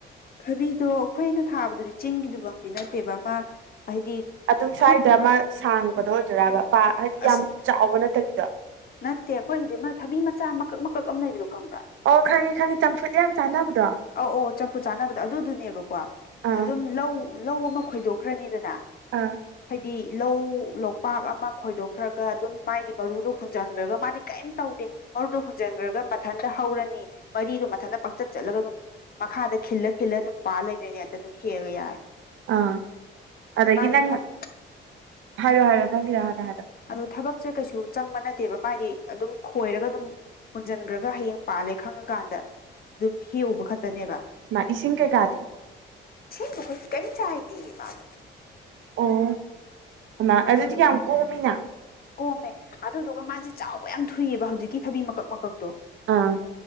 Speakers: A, on the left; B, on the right.
A: ꯊꯕꯤꯗꯣ ꯑꯩꯈꯣꯏꯅ ꯊꯥꯕꯗꯨꯗꯤ ꯆꯤꯡꯒꯤꯗꯨꯃꯛꯇꯤ ꯅꯠꯇꯦꯕ ꯑꯃ ꯍꯥꯏꯗꯤ
B: ꯑꯗꯨꯝ ꯁ꯭ꯋꯥꯏꯗ
A: ꯈꯨꯠ
B: ꯑꯃ ꯁꯥꯡꯕꯗꯣ ꯑꯣꯏꯗꯣꯏꯔꯕ ꯄꯥ ꯍꯥꯏꯗꯤ
A: ꯑꯁ
B: ꯌꯥꯝ ꯆꯥꯎꯕ ꯅꯠꯇꯕꯤꯗꯣ
A: ꯅꯠꯇꯦ ꯑꯩꯈꯣꯏꯒꯤꯗꯤ ꯊꯕꯤ ꯃꯆꯥ ꯃꯀꯛ-ꯃꯀꯛ ꯑꯃ ꯂꯩꯕꯗꯣ ꯈꯪꯕ꯭ꯔꯥ
B: ꯑꯣ ꯈꯪꯉꯤ'ꯈꯪꯉꯤ ꯆꯝꯐꯨꯠ ꯌꯥꯝ ꯆꯥꯟꯅꯕꯗꯣ
A: ꯑꯧ-ꯑꯧ ꯆꯝꯐꯨꯠ ꯆꯥꯟꯅꯕꯗꯣ ꯑꯗꯨꯗꯨꯅꯦꯕꯀꯣ
B: ꯑꯥ
A: ꯑꯗꯨꯝ ꯂꯧ-ꯂꯧ ꯑꯃ ꯈꯣꯏꯗꯣꯛꯈ꯭ꯔꯅꯤꯗꯅ
B: ꯑꯥ
A: ꯍꯥꯏꯗꯤ ꯂꯧ ꯂꯣꯛꯄꯥꯛ ꯑꯃ ꯈꯣꯏꯗꯣꯛꯈ꯭ꯔꯒ ꯑꯗꯨꯝ ꯃꯥꯥꯏꯒꯤ ꯃꯔꯨꯗꯣ ꯍꯨꯟ ꯍꯨꯟꯖꯟꯒ꯭ꯔꯒ ꯃꯥꯗꯤ ꯀꯔꯤꯝ ꯇꯧꯗꯦ ꯃꯔꯨꯗ ꯍꯨꯟꯖꯟꯒ꯭ꯔꯒ ꯃꯊꯟꯇ ꯍꯧꯔꯅꯤ ꯃꯔꯤꯗꯣ ꯃꯊꯟꯗ ꯄꯪꯆꯠ-ꯆꯠꯂꯒ ꯑꯗꯨꯝ ꯃꯈꯥꯗ ꯈꯤꯜꯂ-ꯈꯤꯜꯂ ꯑꯗꯨꯝ ꯄꯥꯜ ꯂꯩꯗꯣꯏꯅꯦ ꯑꯗꯗꯨꯝ ꯍꯦꯛꯑꯒ ꯌꯥꯔꯦ
B: ꯑꯥ ꯑꯗꯒꯤ
A: ꯃꯥꯗꯤ
B: ꯅꯪꯅ
A: ꯊꯕ
B: ꯍꯥꯏꯔꯣ-ꯍꯥꯏꯔꯣ ꯅꯪꯒꯤꯗꯣ ꯍꯥꯟꯅ ꯍꯥꯏꯔꯣ
A: ꯑꯗꯨ ꯊꯕꯛꯁꯦ ꯀꯩꯁꯨ ꯆꯪꯕ ꯅꯠꯇꯦꯕ ꯃꯥꯗꯤ ꯑꯗꯨꯝ ꯈꯣꯏꯔꯒ ꯑꯗꯨꯝ ꯍꯨꯟꯖꯤꯟꯒ꯭ꯔꯒ ꯍꯌꯦꯡ ꯄꯥꯜꯂꯦ ꯈꯪꯉꯀꯥꯟꯗ ꯑꯗꯨꯝ ꯍꯦꯛꯎꯕ ꯎꯕ ꯈꯛꯇꯅꯦꯕ
B: ꯃꯥ ꯏꯁꯤꯡ ꯀꯩꯀꯥꯗꯤ
A: ꯢꯁꯤꯡ ꯃꯈꯣꯏꯖꯨ ꯀꯩꯌꯤꯝ ꯆꯥꯏꯗꯤꯌꯦ ꯃꯥꯗꯨ
B: ꯑꯣ ꯍꯩꯃꯩ
A: ꯑꯗꯨꯗꯣ
B: ꯑꯗꯨꯗꯤ ꯀꯌꯥꯝ ꯀꯣꯝꯃꯤꯅ
A: ꯀꯣꯝꯃꯦ ꯑꯗꯨꯗꯨꯒ ꯃꯥꯖꯦ ꯆꯥꯎꯕ ꯌꯥꯝ ꯊꯨꯏꯑꯕ ꯍꯧꯖꯤꯛꯀꯤ ꯊꯕꯤ ꯃꯀꯛ-ꯃꯀꯛꯇꯣ
B: ꯑꯥ